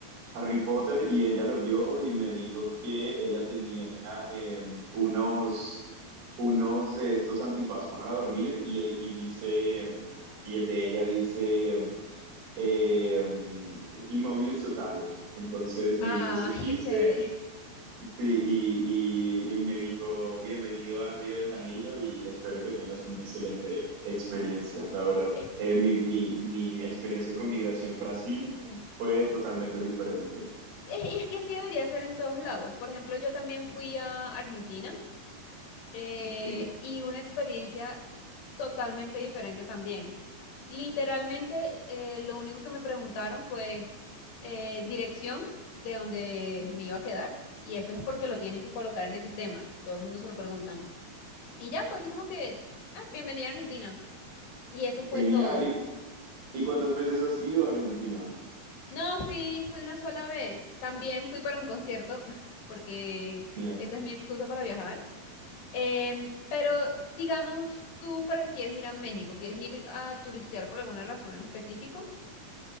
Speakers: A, on the right; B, on the left.
A: Harry Potter y ella lo vio y me dijo que ella tenía eh, unos, unos de estos antifaz para dormir y, y dice, mm, y el de ella dice, eh, mm, inmóviles totalos. Entonces
B: Ah,
A: me hizo ese chiste.
B: <laughs> qué chévere.
A: Sí, y, y, y me dijo, bienvenido a Río de Janeiro y espero que tengas una excelente experiencia. La verdad,
B: Es,
A: eh, mi, mi, mi experiencia con Migración Brasil
B: ujú.
A: fue totalmente diferente.
B: Sí, Es- y es que así debería ser en todos lados. Por ejemplo, yo también fui a Argentina eh,
A: Ok,
B: y una experiencia totalmente diferente también. Literalmente, eh, lo único que me preguntaron fue eh, dirección de donde
A: mm,
B: me iba a quedar, y eso es porque lo tienen que colocar en el sistema. A todo el mundo se lo preguntan. Y ya fue así como que, ah, bienvenida a Argentina. Y eso fue
A: Genial.
B: todo.
A: ¿Y, y cuántas veces has ido a Argentina?
B: No, fui, fui una sola vez. También fui para un concierto, <laughs> porque
A: Genial.
B: esa es mi excusa para viajar. Em, pero digamos, tú para qué quieres ir a México, ¿quieres ir a turistear por alguna razón en específico?